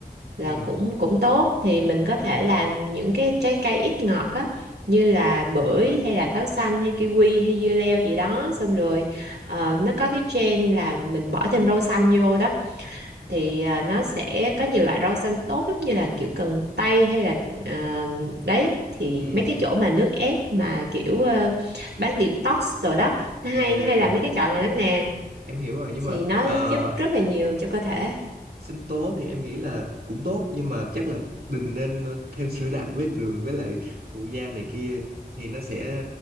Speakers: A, on the right (about 90°); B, on the right (about 70°).
A: là
B: ừ
A: cũng cũng tốt thì mình có thể làm những cái trái cây ít ngọt á như là bưởi hay là táo xanh hay kiwi hay dưa leo gì đó xong rồi ờ, nó có cái trend là mình bỏ thêm rau xanh vô đó thì à, nó sẽ có nhiều loại rau xanh tốt lắm như là kiểu cần tây hay là à, đấy thì
B: ừ.
A: mấy cái chỗ mà nước ép mà kiểu ờ, bán detox rồi đó nó hay
B: à
A: nó hay là mấy cái chợ này lắm nè
B: em hiểu rồi nhưng
A: thì
B: mà
A: nó
B: ờ,
A: giúp rất là nhiều cho cơ thể
B: sinh tố thì em nghĩ là cũng tốt nhưng mà chắc là đừng nên ờ, thêm sữa đặc với đường với lại phụ gia này kia thì nó sẽ